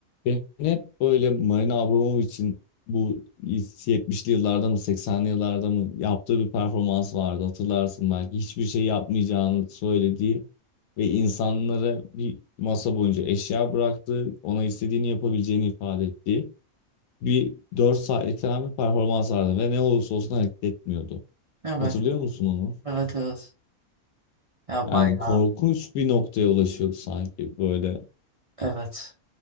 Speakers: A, on the left (about 80°); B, on the right (about 55°).
A: Ben hep böyle Marina Abramovich'in bu 70'li yıllarda mı 80'li yıllarda mı yaptığı bir performans vardı hatırlarsın belki. Hiçbir şey yapmayacağını söylediği ve insanlara bir masa boyunca eşya bıraktı. Ona istediğini yapabileceğini ifade ettiği bir 4 saatlik falan bir performans vardı ve ne olursa olsun hareket etmiyordu.
B: Evet,
A: Hatırlıyor musun onu?
B: evet, evet. Ya
A: Yani
B: bayağı,
A: korkunç bir noktaya ulaşıyordu sanki böyle.
B: evet.